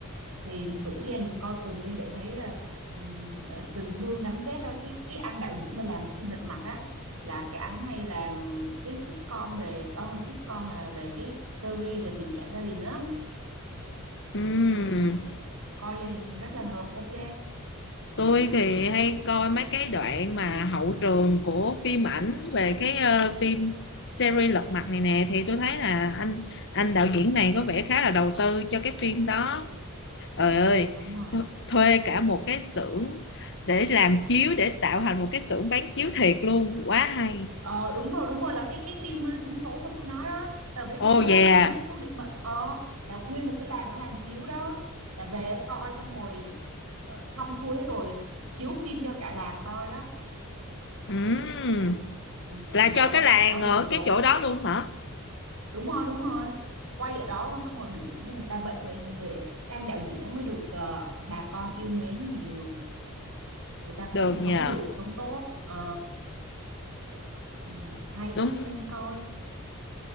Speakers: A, on the right (about 80°); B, on the left (about 55°).
A: thì rủ gia đình coi cùng đi để thấy là ừm, ờ, tình thương gắn kết á. cái cái anh đạo diễn mà làm phim Lật Mặt á là cái anh hay làm cái sitcom về ờ không phải sitcom mà là về cái series về tình cảm gia đình á
B: Ừm.
A: ừ. coi gia đình thì rất là hợp ok
B: tôi thì hay coi mấy cái đoạn mà hậu trường của phim ảnh về cái ờ, phim series Lật Mặt này nè thì tôi thấy là
A: ừ,
B: anh anh đạo diễn này có vẻ khá là đầu tư cho cái phim đó trời
A: ừ.
B: ơi
A: đúng rồi
B: th thuê cả một cái xưởng để làm chiếu để tạo thành một cái xưởng bán chiếu thiệt luôn quá hay
A: ờ đúng rồi đúng rồi là cái cái phim ờ, trúng số của tôi nói đó tờ vé số
B: oh yeah
A: đó tấm vé số định mệnh đó. ờ là nguyên một cái làng nó làm chiếu đó là về coi xong rồi ờ, xong xuôi hết rồi chi- chiếu phim cho cả làng coi đó
B: Ừm,
A: ừ,
B: là cho
A: đợt
B: cái
A: đó
B: làng
A: quảng cáo
B: ở
A: rầm rộ
B: cái chỗ đó luôn hả
A: đúng rồi đúng rồi quay ở đó luôn xong rồi biểu diễn cho người ta vậy mà người cái anh đạo diễn nó mới được ờ, bà con yêu mến nhiều người ta
B: được
A: cũng
B: nhờ
A: sống được sống tốt ờ ừ, hay
B: đúng
A: lắm nên coi